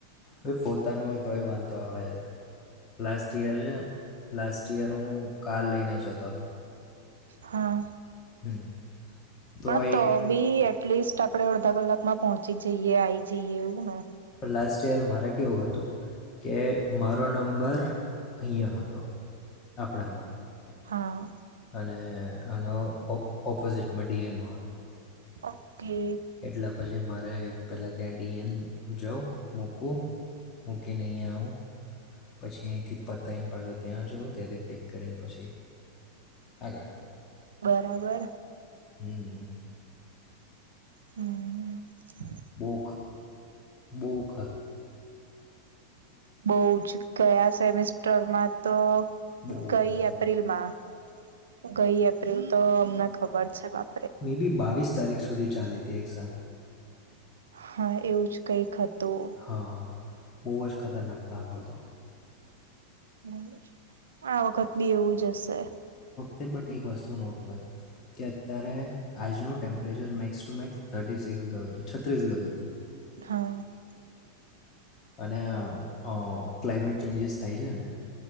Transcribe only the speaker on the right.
હા.
પણ
તો બી એ એલીસ્ટ આપડે અડધા કલાકમાં પહોંચી જઈએ આવી જઈએ એવું ને.
હા.
હ <unintelligible> કે
બરાબર.
હમ્મ-હમ્મ.
બહુ જ, ગયા સેમેસ ટર માતો-
ગઈ
એપ્રિલ માં ગઈ એપ્રિલ તો હમણા ખબર છે બાપ
હા એવું જ કંઈક હ તું.
હમ્મ. આ વખત બી એવું જ હશે.
હા